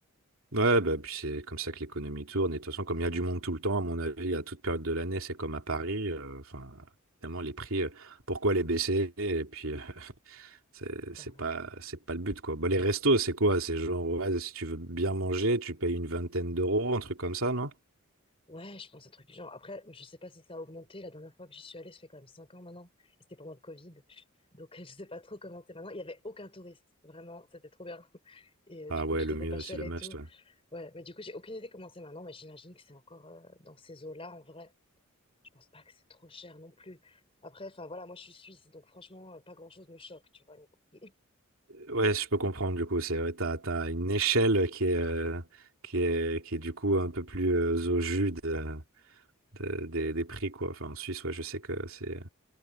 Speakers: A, on the right; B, on the left.
A: Ouais, bah, puis c'est comme ça que l'économie tourne. Et de toute façon, comme il y a du
B: Ouais,
A: monde tout le temps, à mon avis, à toute période de l'année, c'est comme à Paris. euh, Enfin, évidemment, les prix, euh, pourquoi les baisser? Et puis, euh, <laughs> c'est
B: bah
A: c'est
B: ouais.
A: pas, c'est pas le but, quoi. Bah, les restos, c'est quoi? C'est genre, ouais, si tu veux bien manger, tu payes une vingtaine d'euros, un truc comme ça, non?
B: Ouais, je pense un truc du genre. Après, je sais pas si ça a augmenté. La dernière fois que j'y suis allée, ça fait quand même cinq ans maintenant. Et c'était pendant le Covid. Donc, <laughs> je sais pas trop comment c'est maintenant. Il y avait aucun touriste. Vraiment, c'était trop bien. <laughs> Et euh,
A: Ah
B: du coup,
A: ouais,
B: tout
A: le
B: était
A: mieux,
B: pas cher
A: c'est le
B: et
A: must,
B: tout.
A: ouais.
B: Ouais, mais du coup, j'ai aucune idée comment c'est maintenant. Mais j'imagine que c'est encore euh, dans ces eaux-là, en vrai. Je pense pas que c'est trop cher non plus. Après, enfin voilà, moi je suis suisse, donc franchement, euh, pas grand-chose me choque, tu vois, niveau prix. <laughs>
A: Ouais, je peux comprendre, du coup, c'est vrai, t'as, t'as une échelle qui est, euh, qui est, qui est du coup un peu plus euh, au jus de- de- des, des prix, quoi. Enfin, en Suisse, ouais, je sais que c'est